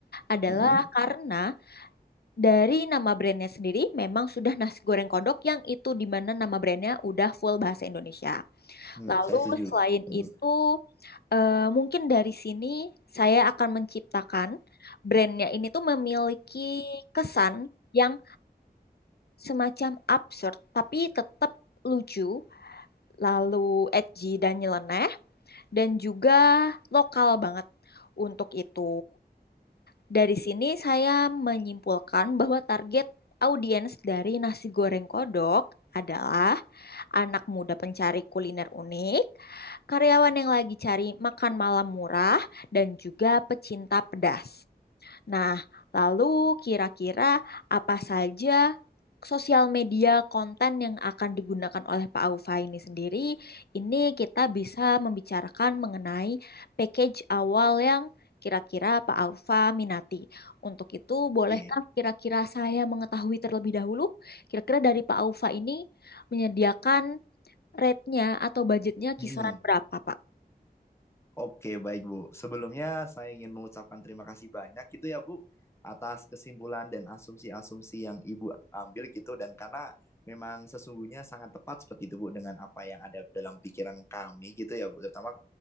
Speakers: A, on the left; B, on the left.
A: adalah
B: hmm. hmm.
A: karena dari nama brandnya sendiri memang sudah nasi goreng kodok yang itu di mana nama brandnya udah full bahasa Indonesia.
B: Hmm,
A: Lalu
B: Saya setuju.
A: selain itu,
B: Hmm.
A: eh, mungkin dari sini saya akan menciptakan brandnya ini tuh memiliki kesan yang semacam absurd, tapi tetap lucu, lalu edgy dan nyeleneh, dan juga lokal banget. Untuk itu, dari sini saya menyimpulkan bahwa target audiens dari nasi goreng kodok adalah anak muda pencari kuliner unik, karyawan yang lagi cari makan malam murah, dan juga pecinta pedas. Nah, lalu kira-kira apa saja sosial media konten yang akan digunakan oleh Pak Aufa ini sendiri? Ini kita bisa membicarakan mengenai package awal yang kira-kira Pak Aufa minati. Untuk itu,
B: Oke,
A: bolehkah kira-kira saya mengetahui terlebih dahulu, kira-kira dari Pak Aufa ini menyediakan Rate-nya atau budgetnya
B: mhm.
A: kisaran berapa, Pak?
B: Oke, baik Bu. Sebelumnya saya ingin mengucapkan terima kasih banyak gitu ya Bu atas kesimpulan dan asumsi-asumsi yang Ibu ambil gitu dan karena memang sesungguhnya sangat tepat seperti itu Bu dengan apa yang ada dalam pikiran kami gitu ya Bu, terutama